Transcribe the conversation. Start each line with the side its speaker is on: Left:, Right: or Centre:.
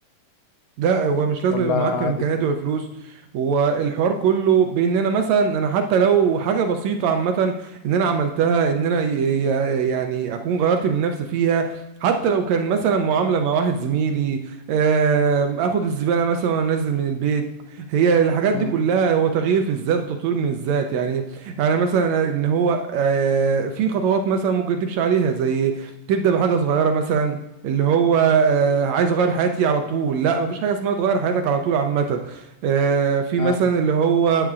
Right: لا هو مش لازم
Left: ولا
Right: يبقى معاك
Left: عادي؟
Right: امكانيات وفلوس والحوار كله بان انا مثلا انا حتى لو حاجه بسيطه عامه ان انا عملتها ان انا ي- ي- يعني اكون غيرت من نفسي فيها حتى لو كان مثلا معامله مع واحد زميلي آم، اخد الزباله مثلا وانزل من البيت هي الحاجات دي
Left: مم.
Right: كلها هو تغيير في الذات وتطوير من الذات يعني يعني مثلا ان هو آه، في خطوات مثلا ممكن تمشي عليها زي تبدا بحاجه صغيره مثلا اللي هو آه، عايز اغير حياتي على طول لا مفيش حاجه اسمها تغير حياتك على طول عامه آه، في
Left: آه.
Right: مثلا اللي هو